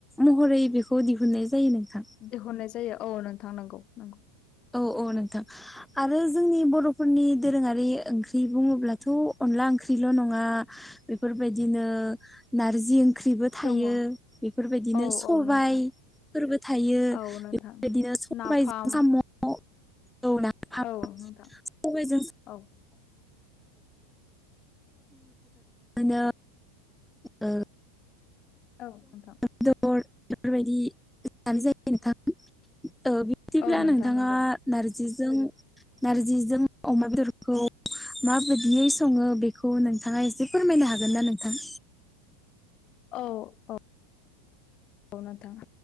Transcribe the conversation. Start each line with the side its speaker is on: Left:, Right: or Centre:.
Centre: महरै बेखौ दिहुननाय जायो नोंथां।
Left: दिहुननाय जायो औ नोंथां नंगौ-नंगौ।
Centre: औ-औ नोंथां। आरो जोंनि बर'फोरनि दोरोङारि ओंख्रि बुङोब्लाथ' अनला ओंख्रिल' नङा बेफोरबायदिनो नारजि ओंख्रिबो थायो
Left: दङ औ
Centre: बेफोरबायदिनो सबाय
Left: औ नोंथां
Centre: फोरबो थायो
Left: औ नोंथां
Centre: बेफोरबायदिनो सबायजों
Left: नाफाम
Centre: साम' <inaudible> सबाइजों
Left: औ नोंथां औ
Centre: <inaudible> ओ
Left: औ नोंथां।
Centre: बेदर बेफोरबायदि जानाय जायो नोंथां ओ बि दिब्ला
Left: औ नोंथां
Centre: नोंथाङा
Left: नंगौ
Centre: नार्जिजों-नार्जिजों अमा बेदरखौ माबायदियै सङो बेखौ नोंथाङा एसे फोरमायनो हागोनना नोंथां।
Left: औ-औ। <inaudible> गौ नोंथां